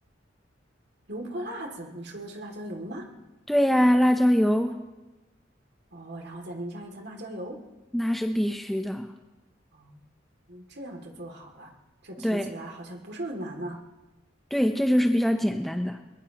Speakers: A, on the right; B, in the centre.
A: 油泼辣子，你说的是辣椒油吗？
B: 对呀，辣椒油
A: 哦，然后再淋上一层辣椒油，
B: 那是必须的。
A: 哦嗯，这样就做好了。这听起来好像不是很难呢。
B: 对对，这就是比较简单的。